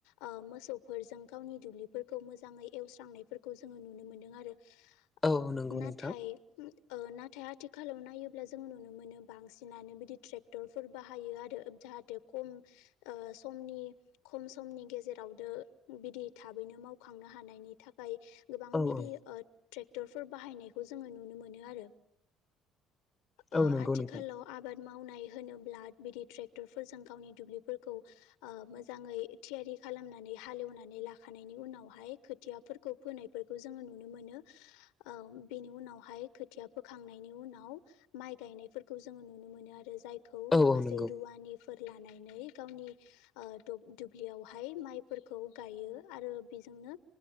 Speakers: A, on the left; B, on the left.
A: ओ मोसौफोरजों गावनि दुब्लिफोरखौ मोजांङै एवस्रांनायफोरखौ जोंङो नुनो मोनदों आरो ओ
B: औ नंगौ
A: नाथाय
B: नोंथां
A: ओ नाथाय आथिखालाव नायोब्ला जों नुनो मोनो बांसिनानो बिदि ट्रेक्टरफोर बाहायो आरो। जाहाथे खम ओ समनि खम समनि <unintelligible> जेरावदो बिदि थाबैनो मावखांनो हानायनि थाखाय गोबां
B: औ
A: बिदि
B: औ
A: ओ ट्रेक्टरफोर बाहायनायखौ जोङो नुनो मोनो आरो। ओ
B: औ नंगौ
A: आथिखालाव
B: नोंथां
A: आबाद <unintelligible> मावनाय होनोब्ला बिदि ट्रेक्टर फोरजों गावनि दुब्लिफोरखौ ओ मोजांङै थियारि खालामनानै हालेवनानै लाखानायनि उनावहाय खोथियाफोरखौ फोनायफोरखौ जोंङो नुनो मोनो। ओ बिनि उनावहाय खोथिया फोखांनायनि उनाव माइ गायनायफोरखौ जोंङो नुनो मोनो आरो जाय <unintelligible>
B: औ
A: माखासे
B: औ नंगौ
A: रुवानिफोर लानानै गावनि ओ दुब -दुब्लियाव हाय माइफोरखौ गायो आरो बेजोंनो